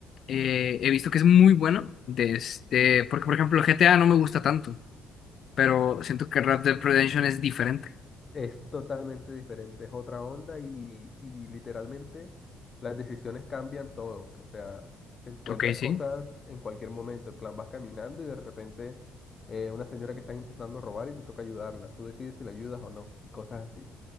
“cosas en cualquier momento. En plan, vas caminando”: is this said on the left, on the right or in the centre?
Left